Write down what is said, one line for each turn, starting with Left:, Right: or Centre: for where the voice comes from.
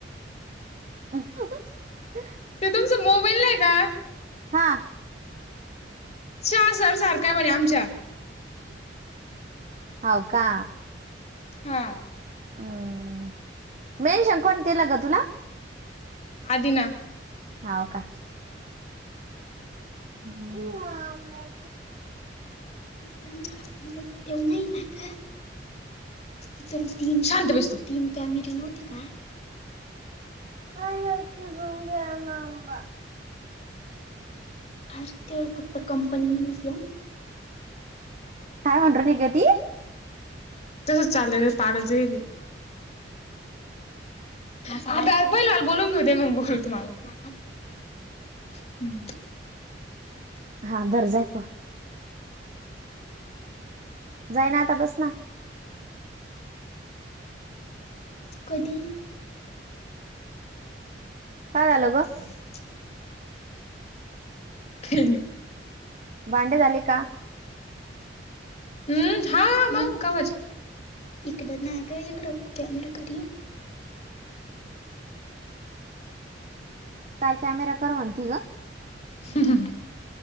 Right: <inaudible>
Left: ते तुमच मोबाईल नाही का
Right: हा
Left: श सर सारखा बणे आमच्या
Right: हो का
Left: हा
Right: हम् मेनश कोण केलं ग तुला
Left: आदना
Right: ह हो का ह म्ह
Left: त्यां येवऊ नाही ना का त च तीन शांत भसतो तीन कॅमेरीे नव्हती का
Right: काय भ आ आबा
Left: हते फक्त कंपनीने मिळती्या
Right: फाव्ह हंड्रे एक गे तती
Left: तसंच चालत पाडलचे आता ब लाल बोलून घी होते मग बोल तुम्हाला हम्म
Right: आदर जापं जाईना आता बस ना
Left: कधी
Right: काय झालं ब
Left: के खेळ
Right: भांडे झाले का
Left: हम्म हा म का इकड का इकड कॅमेरा करि
Right: काय कॅमेरा कर म्हणती ग
Left: ह